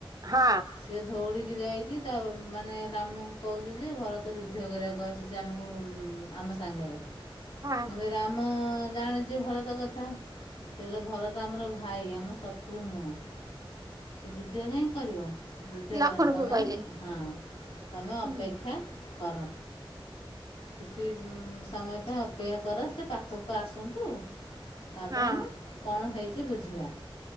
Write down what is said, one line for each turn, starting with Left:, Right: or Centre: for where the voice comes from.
Right: ହଁ।
Left: ସିଏ ଧଉଳିଗିରି ଆଇକି ତା ମାନେ ରାମକୁ କହୁଛି ଯେ ଭରତ ଯୁଦ୍ଧ କରିବାକୁ ଆସିଛି। ଆମକୁ ଆମ ସାଙ୍ଗରେ
Right: ହଁ
Left: କିନ୍ତୁ ରାମ ଜାଣିଛି ଭରତ କଥା। ସେ କହିଲେ ଭରତ ଆମର ଭାଇ ଆମ ଶତ୍ରୁ ନୁହଁ। ସେ ଯୁଦ୍ଧ କାହିଁ କରିବ? ଯୁଦ୍ଧ
Right: ଲକ୍ଷ୍ମଣକୁ
Left: କରନି। ତମେ
Right: କହିଲେ
Left: ହଁ ତମେ ଅପେକ୍ଷା
Right: ହୁଁ
Left: କର କିଛି ସମୟ ପାଇଁ ଅପେକ୍ଷା କର ସେ ପାଖକୁ ଆସନ୍ତୁ। ନ୍ତୁ ତାପରେ
Right: ହଁ
Left: ଆମେ କଣ ହେଇଚି ବୁଝିବା।